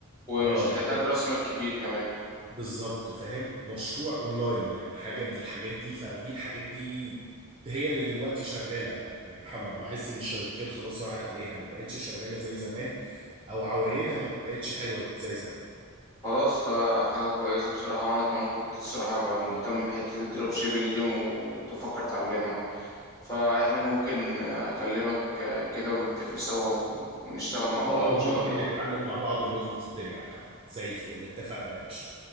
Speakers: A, on the left (about 15°); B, on the right (about 25°).
A: ومش
B: اه الحاجات
A: بتحتاج راس مال كبير كمان
B: بالظبط فاهم مشروع اونلاين يعني حاجه من الحاجات دي فدي الحاجات دي هي اللي دلوقتي شغاله يا محمد بحس ان الشركات خلاص راحت عليها ما بقتش شغاله زي زمان او عوايدها ما بقتش حلوه زي زمان
A: خلاص ده حاجة كويسة بصراحة وانا كمان كنت الصراحة بقى مهتم بحتة الدروب شيبينج دي وكنت بفكر اتعلمها فاحنا ممكن آه، اكلمك آه، كده ونتفق سوا ونشتغل مع بعض
B: اه
A: ان
B: وممكن
A: شاء الله
B: نتعلم مع بعض ونظبط الدنيا يا محمد زي الفل اتفقنا يا باشا